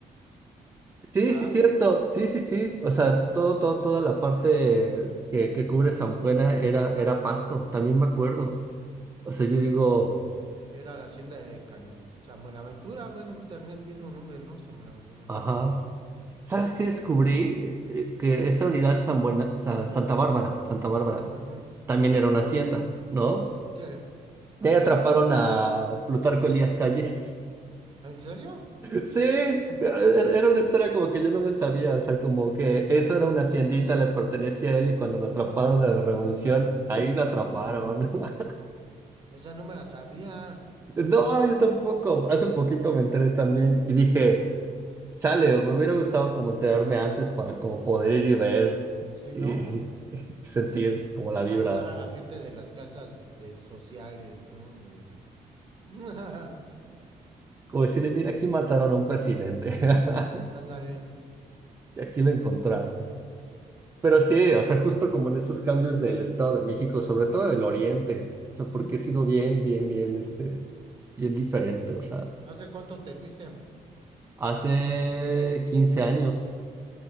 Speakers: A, on the right; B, on the right.
A: Sí,
B: ¿verdad?
A: sí, cierto. Sí, sí, sí. O sea, todo, todo, toda la parte que, que cubre San Buena era, era pasto, también me acuerdo. O sea, yo digo,
B: Que Era la hacienda de Canu, San Buenaventura, bueno, pues tenía el mismo nombre, ¿no? San Buenaventura.
A: ajá. ¿Sabes qué descubrí?
B: Ujú.
A: Eh, Que
B: ¿Qué?
A: esta unidad San Buena, San- Santa Bárbara, Santa Bárbara,
B: Ujujú,
A: también era una hacienda, ¿no?
B: Sí.
A: Ya atraparon a Plutarco Elías Calles.
B: ¿En serio?
A: Sí, er,
B: No,
A: era una historia como que yo no me sabía, o sea, como que eso
B: no manches.
A: era una haciendita, le pertenecía a él y cuando lo atraparon en la revolución, ahí lo atraparon. <laughs>
B: Esa no me la sabía.
A: No, yo tampoco, hace poquito me enteré también y dije, chale, me hubiera gustado como enterarme antes para como poder ir y ver
B: Sí,
A: y
B: ¿no?
A: <laughs> y sentir como la
B: Saludar
A: vibra,
B: a la gente de las casas de sociales, todo de... <laughs>
A: como decirle, mira, aquí mataron a un presidente, <laughs> Sí,
B: Ándale.
A: y aquí lo encontraron. Pero sí, o sea, justo como en esos cambios del Estado de México, sobre todo del Oriente,
B: Ujú.
A: o sea, porque he sido bien, bien, bien, este, bien diferente, o sea,
B: ¿Hace cuánto te fuiste?
A: hace 15 años,